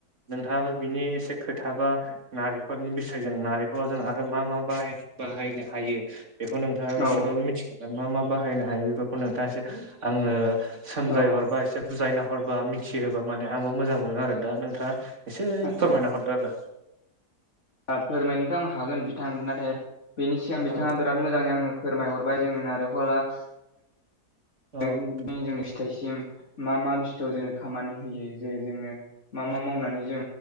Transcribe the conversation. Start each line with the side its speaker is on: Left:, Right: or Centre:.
Right: नोंथाङाबो बिनि एसे खोथा बा नारिखलनि बिसयजों नारेखलाव जों आरो मा मा बाहाय बाहायनो हायो। बेखौ नोंथाङाबो
Left: औ
Right: एसेबाबो मिथिखागोन मा मा बाहायनो हायो बेफोरखौ नोंथाङा एसे आंनो सोमजाय
Left: औ
Right: हरबा एसे बुजायना हरबा मिथिहोबा माने आंबो मोजां मोनो आरो दा नोंथाङा एसे
Left: आदसा
Right: फोरमायना हरदो आरो
Left: फोरमायनोथ आं हागोन बिथां नाथाय बेनि सिगां
Right: औ
Left: बिथाङा बिराद मोजाङै आंनो फोरमायहरबाय जोंनो नारेंखला <inaudible>
Right: औ
Left: जोंनि फिथाइसिम मा मा बुस्थुवाव जोंनो खामानि होयो जे जोंनो मा
Right: औ
Left: मा मावनानै जों